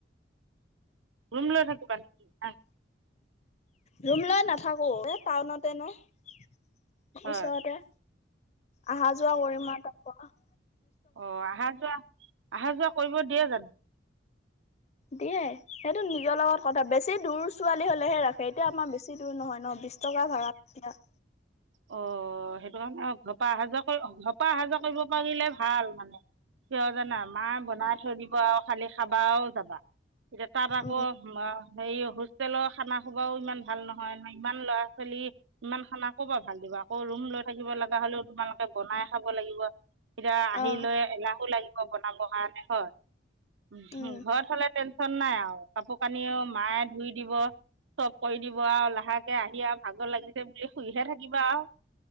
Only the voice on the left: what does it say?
ৰুম লৈ নাথাকো এ টাউনতে নো। ওচৰতে,
আহা -যোৱা কৰিমা তা কমা-
দিয়ে। সেইটো নিজৰ লগত কথা বেছি দূৰ ছোৱালী হ'লেহে ৰাখে, এতিয়া আমাৰ বেছি দূৰ নহয় ন বিশ টকা ভাড়া। দিয়া।
উম
অ
উম